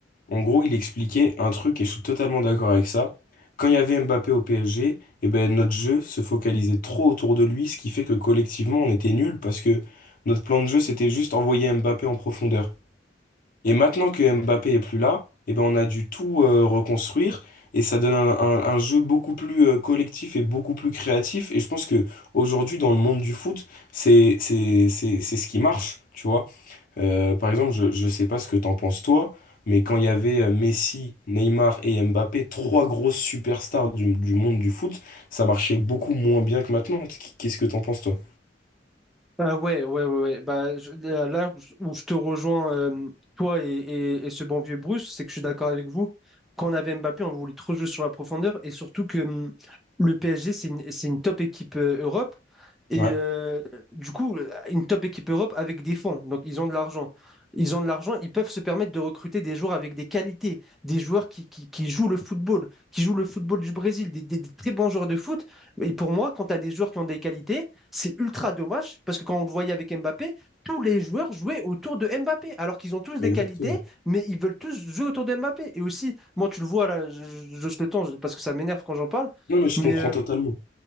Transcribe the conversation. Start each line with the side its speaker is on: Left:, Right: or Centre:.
Left: en gros, il expliquait un truc, et je suis totalement d'accord avec ça. Quand il y avait Mbappé au PSG, eh ben, notre jeu se focalisait trop autour de lui, ce qui fait que collectivement, on était nuls parce que notre plan de jeu, c'était juste envoyer Mbappé en profondeur. Et maintenant que Mbappé est plus là, eh ben, on a dû tout euh, reconstruire, et ça donne un, un- un jeu beaucoup plus euh, collectif et beaucoup plus créatif. Et je pense que aujourd'hui, dans le monde du foot, c'est, c'est, c'est, c'est ce qui marche, tu vois. Euh, par exemple, je ne sais pas ce que t'en penses toi, mais quand il y avait euh, Messi, Neymar et Mbappé, trois grosses superstars du, du monde du foot, ça marchait beaucoup moins bien que maintenant. Qu- Qu'est-ce que t'en penses toi?
Centre: Ah ouais, ouais, ouais, ouais. Bah, je- là, là où je où je te rejoins, euh, toi et, et- et ce bon vieux Bruce, c'est que je suis d'accord avec vous. Quand on avait Mbappé, on voulait trop jouer sur la profondeur et surtout que hum, le PSG, c'est une, c'est une top équipe euh, Europe. Et
Left: Ouais,
Centre: euh, du coup, euh, une top équipe Europe avec des fonds. Donc, ils ont de l'argent. Ils ont de l'argent, ils peuvent se permettre de recruter des joueurs avec des qualités, des joueurs qui, qui, qui jouent le football, qui jouent le football du Brésil, des, des- des très bons joueurs de foot. Et pour moi, quand tu as des joueurs qui ont des qualités, c'est ultra dommage parce que quand on le voyait avec Mbappé, tous les joueurs jouaient autour de Mbappé alors qu'ils ont tous des
Left: exactement.
Centre: qualités, mais ils veulent tous jouer autour de Mbappé. Et aussi, moi, tu le vois là, je, je, je le temps parce que ça m'énerve quand j'en parle,
Left: Non, mais je
Centre: mais
Left: comprends
Centre: euh,
Left: totalement.